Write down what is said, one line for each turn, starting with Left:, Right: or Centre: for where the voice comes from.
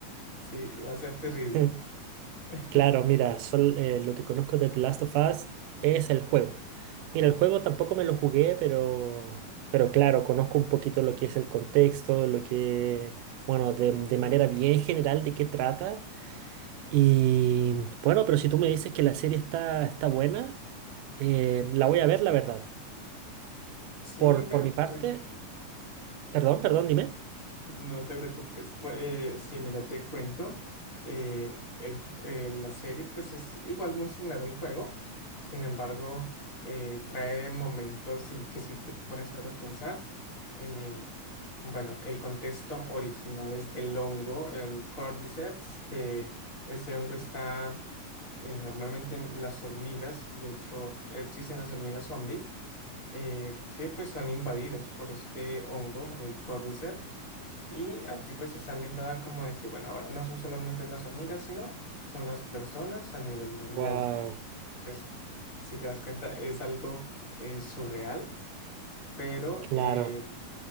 Left: sí, va a ser terrible.
Right: <laughs>
Left: <laughs>
Right: Claro, mira, sol- eh, lo que conozco de The Last of Us es el juego. Mira, el juego tampoco me lo jugué, pero, pero claro, conozco un poquito lo que es el contexto, lo que, bueno, de, de manera bien general de qué trata. Y bueno, pero si tú me dices que la serie está, está buena, eh, la voy a ver, la verdad.
Left: Sí,
Right: Por,
Left: bueno,
Right: por mi
Left: te
Right: parte,
Left: cuento.
Right: perdón, perdón, dime.
Left: No te preocupes, pues eh, sí, mira, te cuento, eh, el ju- eh, la serie pues es igual muy similar al juego, sin embargo, eh, trae momentos y que si te pones a pensar, eh, bueno, el contexto original es del hongo, el Cordyceps, que este hongo está eh, normalmente en las hormigas, de hecho existen las hormigas zombie eh, que pues son invadidas por este hongo, el Cordyceps, y aquí pues está ambientada como de que, bueno, ahora no son solamente las hormigas, sino son las personas a nivel mundial.
Right: Wow,
Left: Entonces, si te das cuenta, es algo eh, surreal, pero
Right: claro,
Left: eh,